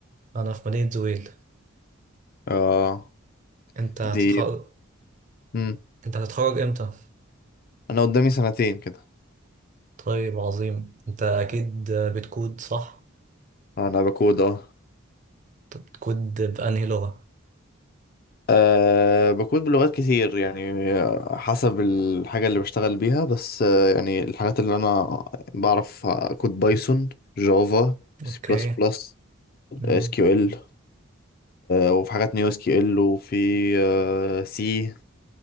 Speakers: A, on the right; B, on the left.
A: انا في مدينه زويل
B: اه
A: انت هتتخرج
B: دي مم.
A: انت هتتخرج امتى
B: انا قدامي سنتين كده
A: طيب عظيم انت اكيد بتكود صح
B: انا بكود اه
A: طب بتكود بانهي لغه
B: أه بكود بلغات كتير يعني حسب الحاجة اللي بشتغل بيها بس أه يعني الحاجات اللي أنا بعرف كود بايثون جافا سي
A: اوكي
B: بلس بلس
A: مم.
B: اس كيو ال وفي حاجات نيو اس كيو ال وفي أه سي